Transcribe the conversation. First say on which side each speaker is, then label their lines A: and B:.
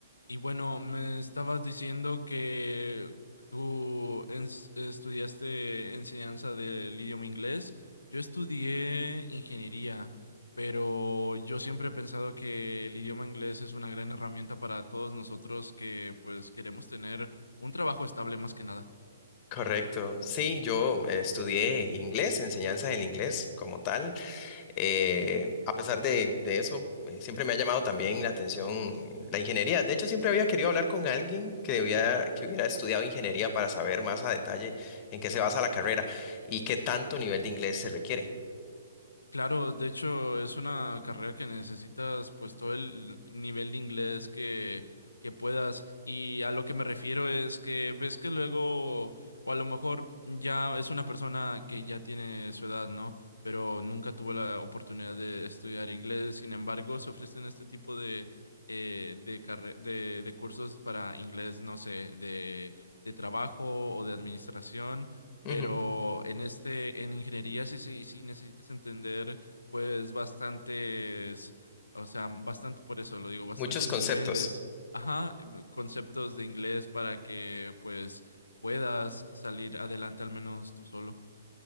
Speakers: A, on the left; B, on the left.
A: Y bueno, me estabas diciendo que tú ens- estudiaste enseñanza del idioma inglés. Yo estudié ingeniería, pero yo siempre he pensado que el idioma inglés es una gran herramienta para todos nosotros que pues queremos tener un trabajo estable más que nada.
B: Correcto. Sí, yo eh, estudié inglés, enseñanza del inglés como tal. Eh, a pesar de, de eso, eh, siempre me ha llamado también la atención la ingeniería. De hecho, siempre había querido hablar con alguien que, hubiera- que hubiera estudiado ingeniería para saber más a detalle en qué se basa la carrera y qué tanto nivel de inglés se requiere.
A: Claro, de hecho es una carrera que necesitas pues todo el nivel de inglés que, que puedas y a lo que me refiero es que ves que luego o a lo mejor ya es una persona que ya tiene su edad, ¿no? Pero nunca tuvo la oportunidad de estudiar inglés, sin embargo se ofrecen este tipo de, eh, de, carre- de, de cursos para inglés, no sé, de, de trabajo o de administración
B: Ujú.
A: pero en este, en ingeniería sí, sí, sí necesitas entender pues bastantes, o sea, bastante, por eso lo digo, bastantes
B: Muchos conceptos.
A: niveles, ajá, em, conceptos de inglés para que pues puedas salir adelante al menos tú solo.